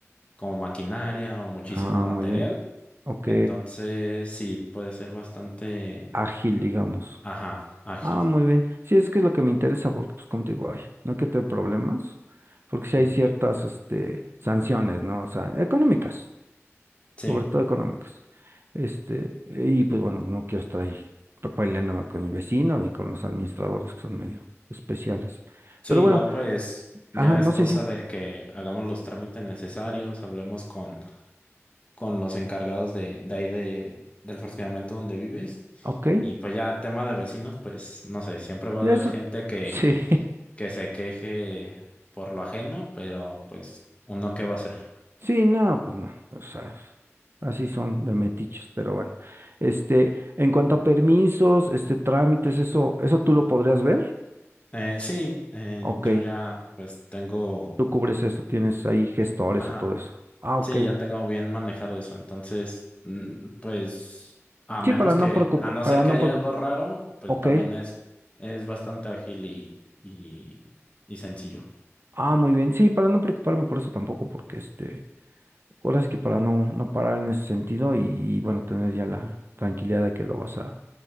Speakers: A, on the left; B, on the right.
A: como maquinaria o muchísimo
B: Ah,
A: material.
B: muy bien. Ok.
A: Entonces, sí, puede ser bastante,
B: Ágil, digamos.
A: ajá, ágil.
B: Ah, muy bien. Sí, es que es lo que me interesa, porque pues como te digo, ay, no hay que tener problemas, porque sí hay
A: Mm,
B: ciertas, este, sanciones, ¿no? O sea, económicas,
A: Sí,
B: sobre todo económicas. Este, y pues bueno, no quiero estar ahí peleándome con mi vecino ni con los administradores que son medio especiales.
A: sí,
B: Pero
A: igual
B: bueno,
A: pues ya
B: ajá, no
A: es cosa
B: sé si,
A: de que hagamos los trámites necesarios, hablemos con, con los encargados de, de ahí de, del fraccionamiento donde vives.
B: ok,
A: Y pues ya, tema de vecinos, pues no sé, siempre va
B: eso,
A: a haber gente que,
B: sí, <laughs>
A: que se queje por lo ajeno, pero pues uno qué va a hacer.
B: Sí, no, pues no, o sea, así son de metiches, pero bueno. Este, en cuanto a permisos, este, trámites, eso, ¿eso tú lo podrías ver?
A: Eh, sí, eh,
B: Ok,
A: yo ya pues tengo...
B: tú cubres eso, tienes ahí gestores
A: Ajá.
B: o todo eso. Ah, ok.
A: Sí, ya tengo bien manejado eso. Entonces, mm, pues, a menos
B: Sí, para no
A: que,
B: preocupar,
A: a no
B: para
A: ser que
B: no
A: haya
B: preocupar,
A: algo raro, pues
B: ok.
A: también es, es bastante ágil y, y, y sencillo.
B: Ah, muy bien, sí, para no preocuparme por eso tampoco, porque este, ahora sí que para no, no parar en ese sentido y, y, bueno, tener ya la tranquilidad de que lo vas a,